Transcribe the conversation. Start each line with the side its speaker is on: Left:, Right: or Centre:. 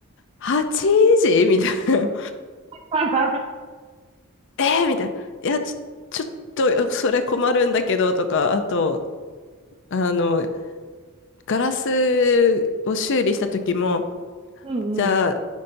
Left: 8時みたいな。
Right: <laughs>
Left: えーみたいな。いや、ちょ、ちょっと、それ困るんだけど、とか、あと、あの、ガラスを修理した時も、
Right: うんうん。
Left: じゃあ、